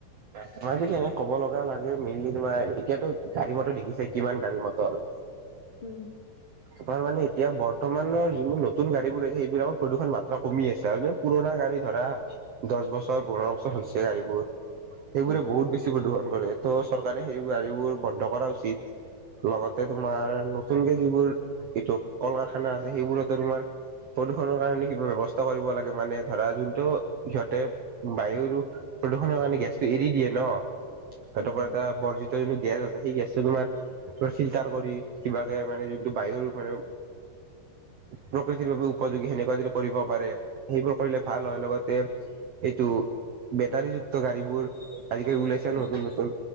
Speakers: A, on the right; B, on the left.
A: তোমাৰ পি এনে ক'ব লগা লাগে মেইনলি, তোমাৰ এতিয়াতো গাড়ী মটৰ দেখিছে কিমান গাড়ী মটৰ
B: উম,
A: তাৰ মানে এতিয়া বৰ্তমানৰ যিবোৰ নতুন গাড়ীবোৰ আছে। সেইবিলাকত প্ৰদূষণ মাত্ৰা কমি আছে আৰু পুৰণা গাড়ী ধৰা দহ বছৰ পোন্ধৰ বছৰ হৈছে, গাড়ীবোৰ সেইবোৰে
B: উম
A: বহু বেছি প্ৰদূষণ হয়। ত' চৰকাৰে সেই গাড়ীবোৰ বন্ধ কৰা উচিত, লগতে তোমাৰ নতুনকে যিবোৰ এইটো কল-কাৰখানা আছে। সেইবোৰ তোমাৰ প্ৰদূষণৰ কাৰণে কিবা ব্যৱস্থা কৰিব লাগে। মানে ধৰা যোনটো সিহঁতে বায়ুৰ প্ৰদূষণৰ, কাৰণে গেছ এৰি দিয়ে ন সেইটো
B: উম,
A: কাৰণে বৰ্জিত যোনটো গেছ আছে সেই গেছটো তোমাৰ ফিল্টাৰ কৰি কিবাকে মানে যোনটো বায়ুৰ মানে প্ৰকৃতিৰ বাবে উপযোগী সেনেকুৱা যদি কৰিব পাৰে সেইবোৰ কৰিলে ভাল হয়। লগতে এইটো বেটাৰীযুক্ত গাড়ীবোৰ আজিকালি ওলাইছে
B: উম,
A: নতুন-নতুন